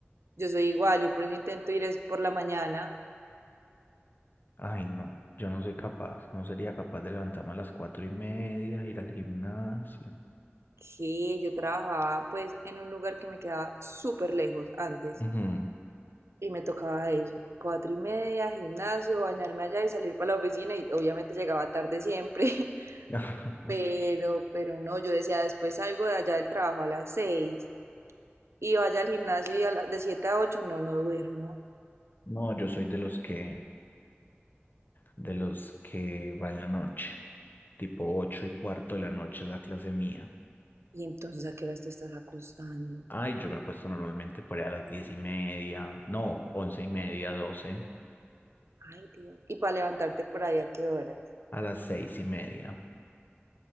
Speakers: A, on the right; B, on the left.
A: Yo soy igual, yo por eso intento ir es por la mañana,
B: Ay, no, yo no soy capaz, no sería capaz de levantarme a las cuatro y media, ir al gimnasio.
A: que yo trabajaba pues en un lugar que me quedaba súper lejos antes
B: Ujú.
A: y me tocaba eso. Cuatro y media, gimnasio, bañarme allá y salir para la oficina y obviamente llegaba tarde siempre,
B: <laughs>
A: <laughs> pero, pero no, yo decía después salgo de allá del trabajo a las seis y vaya al gimnasio y a la- de 7 a ocho no, no duermo.
B: No, yo soy de los que de los que va en la noche, tipo 8 y cuarto de la noche es la clase mía.
A: Y entonces, ¿a qué horas te estás acostando?
B: Ay, yo me acuesto normalmente por ahí a las 10 y media, no, once y media, doce
A: Ay, Dios. Y para levantarte por ahí, ¿a qué horas?
B: a las seis y media.